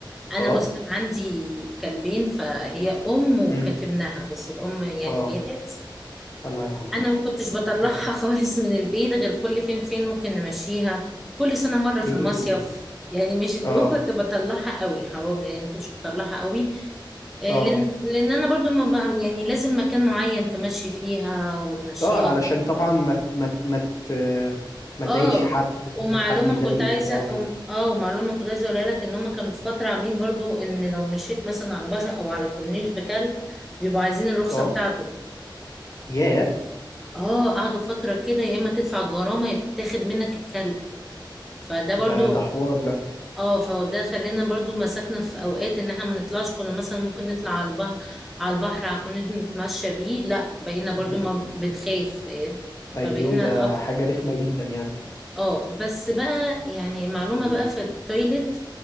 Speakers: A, in the centre; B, on the left.
A: انا
B: اه
A: بص كان عندي كلبين فهي ام وكاتبناها
B: امم
A: بس الام يعني
B: اه
A: ماتت
B: الله يرحمه
A: انا ما كنتش بطلعها
B: اه
A: <laughs> خالص من البيت غير كل فين فين ممكن نمشيها كل سنه مره
B: اوكي
A: في المصيف يعني مش اللي
B: اه
A: هو كنت بطلعها قوي حرام يعني ما كنتش بطلعها قوي آه،
B: اه
A: لان لان انا برضو ما بقى يعني لازم مكان معين تمشي فيها وتمشيها
B: اه علشان طبعا ما ت- ما ت- ما ت- ما
A: اه
B: تضايقش حد
A: ومعلومة
B: ممكن حد يضايقك
A: كنت عايزة
B: برضو
A: أم- اه ومعلومة كنت عايزة اقولها لك ان هم كانوا في فترة عاملين برضو ان لو مشيت مثلا على بحر او على كورنيش بكلب بيبقوا عايزين الرخصة
B: اه
A: بتاعته
B: ياه
A: اه قعدوا فترة كده يا اما تدفع الغرامة يا تاخد منك الكلب فده برضو
B: ده ده حوار ده
A: اه فده خلينا برضو مسكنا في اوقات ان احنا ما نطلعش كنا مثلا ممكن نطلع على البحر على البحر على الكورنيش نتمشى بيه لا بقينا
B: امم
A: برضو ما بنخاف فاهم؟
B: ايوه
A: فبقينا
B: ده حاجة رخمة جدا يعني
A: اه بس بقى يعني معلومة
B: امم
A: بقى في التويلت